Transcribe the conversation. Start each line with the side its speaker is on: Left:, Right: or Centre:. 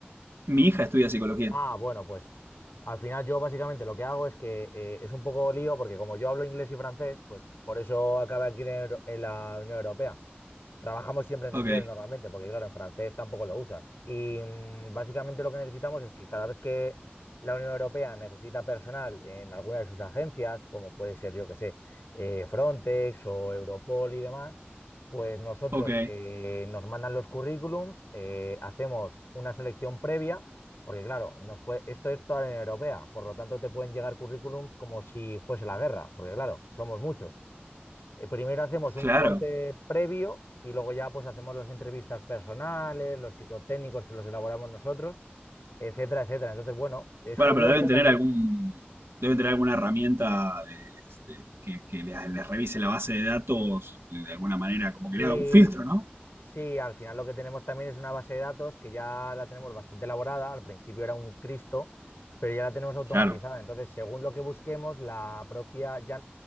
Right: Mi hija estudia psicología.
Left: Ah, bueno, pues al final yo básicamente lo que hago es que eh, es un poco lío porque como yo hablo inglés y francés, pues por eso acabé aquí en, Euro- en la Unión Europea. Trabajamos siempre en
Right: Ok,
Left: inglés normalmente, porque claro, en francés tampoco lo usas. Y mm, básicamente lo que necesitamos es que cada vez que la Unión Europea necesita personal en alguna de sus agencias, como puede ser, yo que sé, eh, Frontex o Europol y demás, pues nosotros
Right: ok,
Left: eh, nos mandan los currículums, eh, hacemos una selección previa, porque claro, nos puede- esto es toda la Unión Europea, por lo tanto te pueden llegar currículums como si fuese la guerra, porque claro, somos muchos eh, primero hacemos
Right: claro.
Left: un corte previo y luego ya pues hacemos las entrevistas personales, los psicotécnicos que los elaboramos nosotros, etcétera, etcétera. Entonces, bueno, es
Right: Bueno,
Left: curioso
Right: pero deben tener
Left: también.
Right: algún, deben tener alguna herramienta de, de- que, que les, les revise la base de datos de alguna manera, como que
Left: Sí,
Right: le haga un filtro, ¿no?
Left: Sí, al final lo que tenemos también es una base de datos que ya la tenemos bastante elaborada. Al principio era un Cristo, pero ya la tenemos automatizada.
Right: Claro,
Left: Entonces, según lo que busquemos, la propia, ya,